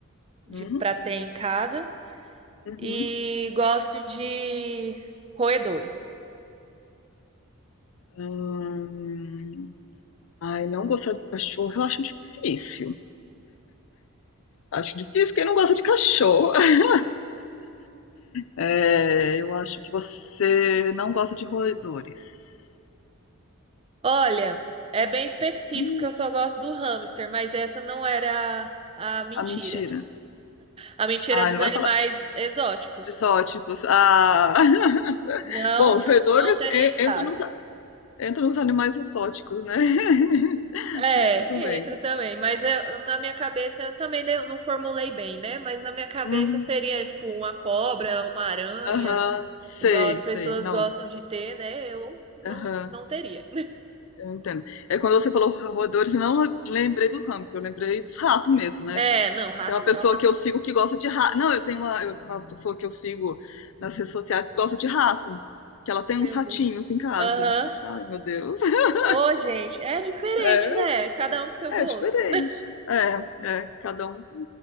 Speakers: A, on the right (about 25°); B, on the left (about 60°).
A: de
B: uhum,
A: pra ter em casa,
B: uhum.
A: e gosto de roedores.
B: Ahn, Ai, não gostar de cachorro eu acho difícil. Acho difícil quem não gosta de cachorro. <laughs> É, eu acho que você não gosta de roedores.
A: Olha, é bem específico
B: Hum,
A: que eu só gosto do hamster, mas essa não era a mentira.
B: a mentira.
A: A mentira
B: Ai,
A: é dos
B: não
A: animais
B: vai falar
A: exóticos.
B: exóticos. Ah, <laughs>
A: Não,
B: bom, os roedores
A: não teria
B: é,
A: em casa.
B: entram nos, entram nos animais exóticos, né? <laughs>
A: É,
B: Mas tudo bem.
A: entra também, mas eu- na minha cabeça eu também não não formulei bem, né? Mas na minha cabeça
B: Hum,
A: seria tipo uma cobra, uma aranha,
B: Aham, sei,
A: igual as pessoas
B: sei. Não.
A: gostam de ter, né? Eu não,
B: Aham.
A: não teria.
B: Eu entendo. É quando você falou roedores, eu não lembrei do hamster, eu lembrei dos ratos mesmo, né?
A: É, não, rato
B: Tem uma pessoa
A: não.
B: que eu sigo que gosta de rato. Não, eu tenho uma, eu- uma pessoa que eu sigo nas redes sociais que gosta de rato. Que ela tem
A: Meu
B: uns ratinhos
A: Deus.
B: em casa.
A: Aham.
B: Eu falei, Ai, meu Deus. <laughs>
A: Ô, gente, é diferente,
B: É,
A: né? Cada um com seu gosto.
B: é diferente. É, é, cada um